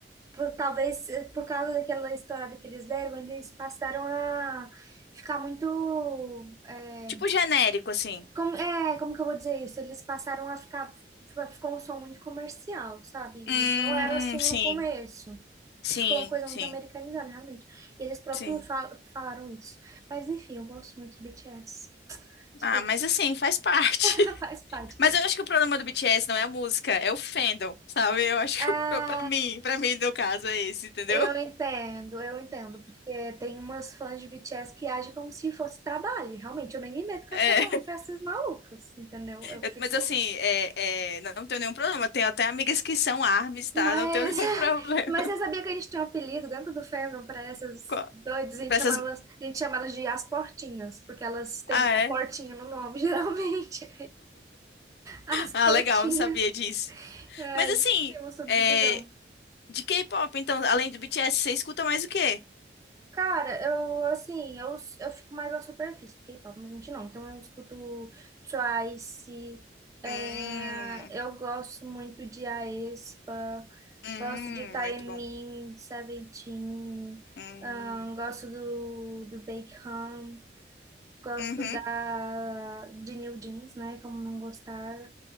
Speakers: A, on the right (about 20°); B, on the left (about 65°).
A: por- talvez eh, por causa daquela história daqueles velhos, eles passaram a ficar muito. eh,
B: Tipo genérico, assim.
A: como, é, como que eu vou dizer isso? Eles passaram a ficar. Ficou um som muito comercial, sabe? E
B: Hum,
A: não era assim
B: sim,
A: no começo.
B: sim,
A: Ficou uma coisa
B: sim,
A: muito americanizada, realmente. Eles próprios
B: sim.
A: fal- falaram isso. Mas enfim, eu gosto muito de BTS. Desculpa,
B: Ah, mas assim, faz parte. <laughs>
A: <laughs> faz parte.
B: Mas eu acho que o problema do BTS não é a música, é o fandom, sabe? Eu acho
A: Ah,
B: que o pro- pra mim, pra mim, no caso, é esse, entendeu?
A: Eu
B: <laughs>
A: entendo, eu entendo, porque tem umas fãs de BTS que agem como se fosse trabalho. Realmente, eu nem me meto com,
B: É,
A: essa, ma- com essas malucas, entendeu? Eu fico.
B: eu- mas assim, é, é, não tenho nenhum problema. Tenho até amigas que são ARMYs, tá?
A: Mas,
B: Não tenho <laughs> nenhum
A: <laughs>
B: problema
A: mas você sabia que a gente tem um apelido dentro do fandom para essas
B: com a-
A: doidas? A gente
B: pra essas...
A: chama elas, a gente chama elas de as portinhas, porque elas têm
B: Ah,
A: uma
B: é?
A: portinha no nome, <laughs> geralmente. As
B: Ah,
A: portinhas.
B: legal, não sabia disso.
A: É,
B: Mas
A: a
B: assim,
A: gente tem uma subdivisão.
B: é, de K-pop, então, além do BTS, você escuta mais o quê?
A: Cara, eu, assim, eu, eu fico mais na superfície do K-pop, não vou mentir, não. Então, eu escuto Twice, é,
B: Hum...
A: eu gosto muito de aespa,
B: Hum,
A: gosto de Taemin,
B: muito bom.
A: de Seventeen,
B: Hum,
A: ahn, gosto do, do Baekhyun, gosto
B: uhum,
A: da, de New Jeans, né? Como não gostar.